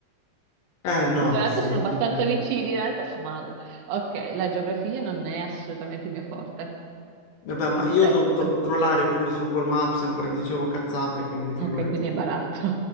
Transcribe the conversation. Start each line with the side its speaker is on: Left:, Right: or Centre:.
Left: Eh no,
Right: E tra l'altro
Left: sì.
Right: sono
Left: eh.
Right: abbastanza vicini in realtà. Ma ok, la geografia non è assolutamente il mio forte.
Left: Vabbè, ma
Right: Perfetto.
Left: io ho dovuto controllare pure su Google Maps, ancora dicevo cazzate, quindi figurati.
Right: Ok, quindi hai barato.